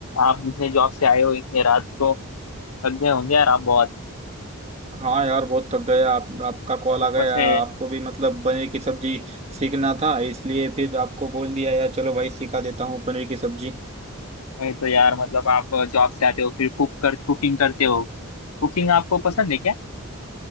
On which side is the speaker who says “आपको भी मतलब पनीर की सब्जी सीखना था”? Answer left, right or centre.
Right